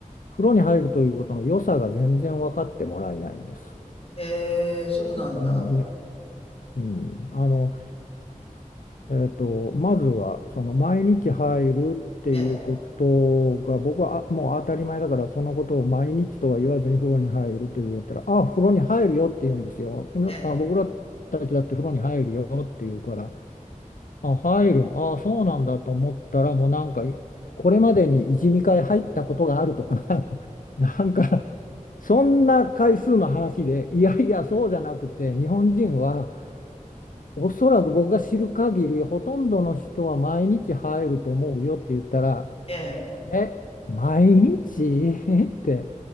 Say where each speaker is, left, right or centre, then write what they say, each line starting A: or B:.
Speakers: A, on the left (about 75°); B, on the left (about 45°).
A: 風呂に入るということの良さが全然分かってもらえないんです。
B: ええええ。へえ、そうなんだ。
A: ね、うん、あのえっと、まずはその毎日入るっていうことが僕はあもう当たり前だからそのことを毎日とは言わずに風呂に入ると言ったら「あ風呂に入るよ」って言うんですよ。
B: ええ、
A: ねあ僕らたちだって風呂に入るよって言うから
B: え
A: 「あ入るんあそうなんだ」と思ったらもうなんかいこれまでに1、2回入ったことがあるとか <laughs> なんかそんな回数の話でいやいやそうじゃなくて日本人は。おそらく僕が知る限り、ほとんどの人は毎日入ると思うよって言ったら、
B: え、
A: え、毎日 <laughs> って